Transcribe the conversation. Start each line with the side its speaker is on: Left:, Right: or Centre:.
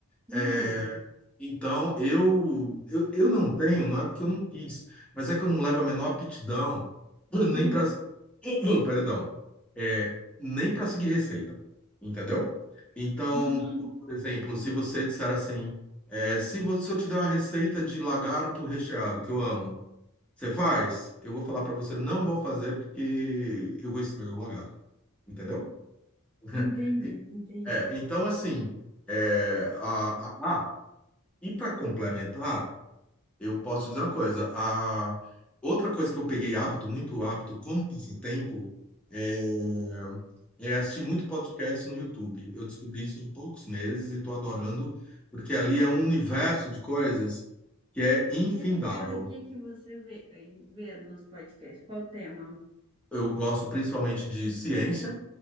Right: Não.
Centre: Eh,
Right: <laughs>
Centre: então, eu, eu, eu não tenho, não é porque eu não quis, mas é que eu não levo a menor aptidão, <clears throat> nem
Right: Uhum,
Centre: para... <clears throat> Perdão é, nem para seguir receita, entendeu? Então,
Right: uhum.
Centre: por por exemplo, se você disser assim, é, se você, se eu te der uma receita de lagarto recheado, que eu amo, você faz? Eu vou falar para você, não vou fazer porque eu vou estragar o lagarto, entendeu? <laughs>
Right: Entendi,
Centre: E-
Right: entendi.
Centre: É, então, assim, é, a, a- ah, e para complementar, eu posso dizer uma coisa. A outra coisa que eu peguei hábito, muito hábito, como passatempo, é, é assistir muito podcast no YouTube. Eu descobri isso em poucos meses e estou adorando, porque ali é um universo de coisas que é infindável.
Right: Que legal, e o que que você vê, aí vê nos podcasts? Qual o tema?
Centre: Eu gosto principalmente de ciência,